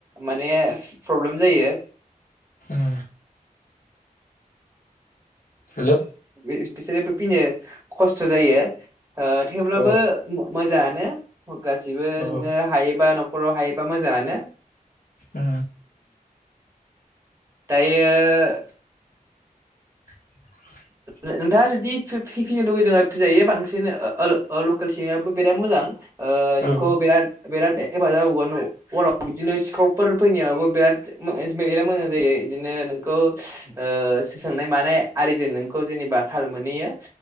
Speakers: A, on the right; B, on the left.
A: माने फ्रब्लेम जायो
B: उम हेल'
A: बिसोरो फिनो खस्थ' जायो ओ थेवब्लाबो
B: अ
A: मो मोजाङानो। गासिबो
B: औ
A: नोङो हायोबा न'खराव हायोबा मोजाङानो।
B: उम
A: दायो
B: <inaudible>
A: नोंथाङा जुदि फि फिनो लुुबैदों फिजायो बांसिन ओ ओ लकेल सैमायाबो बिराद मोजां। ओ नोंखौ
B: औ
A: बिराद बिराद हेफाजाब होगोन हराव बिदिनो सिखाव फोर फैनायावो बिराद बिराद मोजां जायो बिदिनो नोंखौ ओ सोंनाय मानाय आरिजों नोंखौ जेनेबा थाल मोनहैयो